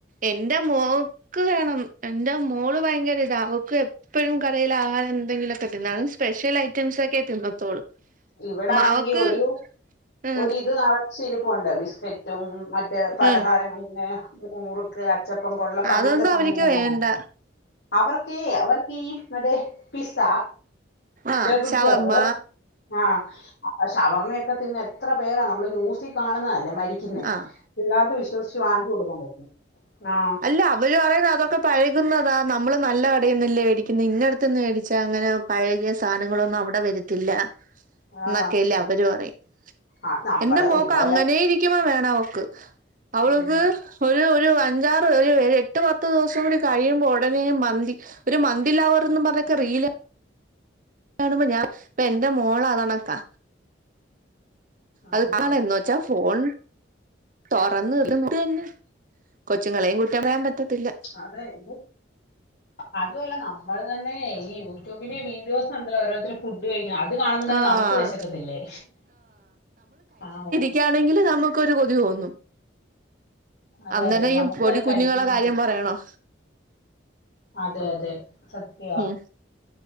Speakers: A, on the right; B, on the left.
A: എന്റെ മോക്ക് വേണം എന്റെ മോള് ഭയങ്കര ഇതാ അവക്ക് എപ്പഴും കടയിൽ ആഹാരം എന്തെങ്കിലൊക്കെ തിന്നാലും സ്പെഷ്യൽ ഐറ്റംസ് ഒക്കെ തിന്നത്തോളൂ
B: ഇവിടാണെങ്കി
A: മ അവക്ക്
B: ഒരു
A: ഉം
B: ഒരിത് നെറച്ചിരിപ്പൊണ്ട് ബിസ്കറ്റും മ റ്റ് പലഹാരങ്ങൾ
A: ഉം
B: ഇങ്ങനെ മുറുക്ക് അച്ചപ്പം കൊഴലപ്പം അങ്ങനത്തെ
A: അതൊന്നും
B: സാധനങ്ങളെല്ലാം
A: അവർക്ക് വേണ്ട
B: അവർക്കീ അവർക്കീ മറ്റേ പിസ്സാ
A: ആഹ്
B: ബർഗറ്
A: ഷവർമ്മ
B: ആഹ് ഷവർമ്മയൊക്കെ തിന്ന് എത്ര പേരാ നമ്മള് ന്യൂസിൽ കാണുന്നതല്ലേ മരിക്കുന്നേ
A: ആഹ്
B: പിള്ളേർക്ക് വിശ്വസിച്ച് വാങ്ങിച്ചു കൊടുക്കാൻ പറ്റുമോ ആഹ്
A: ഇല്ല അവര് പറയുന്ന് അതൊക്കെ പഴകുന്നതാ നമ്മള് നല്ല കടയിന്നല്ലേ ഏടിക്കുന്നെ ഇന്നടുത്തൂന്ന് മേടിച്ചാ അങ്ങനെ പഴകിയ സാധനങ്ങളൊന്നും അവടെ വരത്തില്ല
B: ആഹ്
A: എന്നൊക്കെയല്ലേ അവര് പറയുന്നത്
B: ആഹ് നമ്മള്
A: എന്റെ മോക്ക്
B: ഇതുപോലെ
A: അങ്ങനേ ഇരിക്കമ്പം വേണം അവക്ക് അവൾക്ക്
B: ഉം
A: ഒരു ഒരു അഞ്ചാർ ഒരു ഒരു എട്ട് പത്ത് ദിവസം കൂടി കഴിയുമ്പ ഒടനെ മന്തി ഒരു മന്തി ലാവറന്ന് പറഞ്ഞൊക്കെ റീൽ കാണുമ്പ ഞാൻ ഇപ്പ എന്റെ മോളതണക്കാ
B: അതെ
A: അത്
B: അതെ
A: കാണെ ച്ചാ ഫോൺ തുറന്ന തന്നെ കൊച്ചുങ്ങളേം കുറ്റം പറയാൻ പറ്റത്തില്ല
B: അതെ എന്റെ അതും അല്ല നമ്മള് തന്നെ ഈ യൂട്യൂബില് വീഡിയോസ് ഒണ്ടല്ലോ ഓരോരുത്തരും ഫുഡ് കഴിക്കണം അത് കാണുമ്പം തന്നെ
A: ആഹ്
B: നമ്മക്ക് വെശക്കത്തില്ലേ ആഹ്
A: യ്ക്കാണെങ്കിലും നമുക്കൊരു കൊതി തോന്നും
B: അതെ
A: അന്നെരം
B: അതെ നമുക്കും
A: ഈ പൊടി
B: അത് കഴിക്കണം
A: കുഞ്ഞുങ്ങടെ കാര്യം പറയണോ
B: അതെ അതെ സത്യവാ
A: ഉം